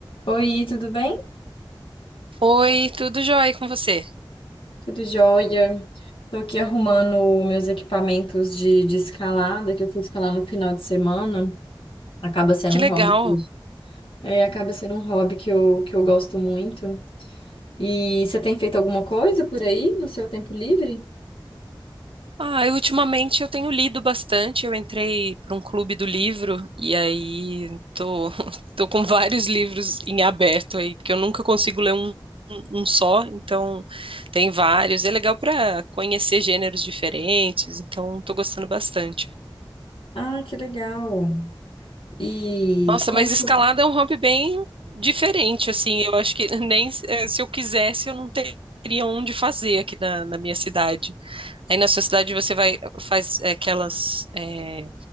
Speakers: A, on the left; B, on the right.
A: Oi, tudo bem?
B: Oi, tudo jóia com você?
A: Tudo jóia. Estou aqui arrumando meus equipamentos de, de escalada, que eu fui escalar no final de semana. Acaba sendo
B: Que
A: um
B: legal.
A: hobby que, é, acaba sendo um hobby que eu, que eu gosto muito. E você tem feito alguma coisa por aí no seu tempo livre?
B: Ah, eu, ultimamente eu tenho lido bastante. Eu entrei para um clube do livro e aí tô, <laughs> tô com vários livros em aberto aí, porque eu nunca consigo ler um, um só, então tem vários. É legal para conhecer gêneros diferentes, então tô gostando bastante.
A: Ah, que legal. E
B: Nossa,
A: como
B: mas escalada
A: que eu-
B: é um hobby bem diferente, assim. Eu acho que <laughs> nem eh, se eu quisesse eu não teria onde fazer aqui na na minha cidade. Aí na sua cidade você vai faz é, aquelas é,